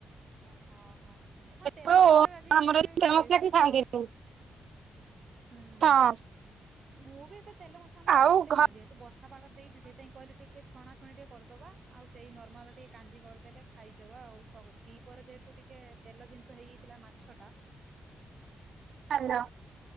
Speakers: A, on the right; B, on the right.
A: ଅହ ହଁ ତେଲ
B: ତ
A: ମସଲା ବି ଆଜି
B: ଆମର
A: ଏବେ
B: ଏଠି ତେଲ ମସଲା
A: <unintelligible>
B: କେହି ଖାଆନ୍ତିନି
A: ହୁଁ
B: ହଁ
A: ହୁଁ ମୁଁ ବି ଏତେ ତେଲ ମସଲା ଆମ ଘରେ
B: ଆଉ
A: ବି ଏତେ
B: ଘ
A: ଖାଆନ୍ତି ତୁ ବର୍ଷ ବର୍ଷା ପାଗ ଦେଇଛି ସେଇଥିପାଇଁ କହିଲି ଟିକେ ଛଣାଛଣି ଟିକେ କରଦବା ଆଉ ସେଇ ନର୍ମାଲ ଟିକେ କାଞ୍ଜି କରିଦେଲେ ଖାଇଦବା ଆଉ ସ ଦି ପରେ ଯେହେତୁ ଟିକେ ତେଲ ଜିନିଷ ହେଇଯାଇଥିଲା ମାଛ ଟା।
B: ହାଲୋ।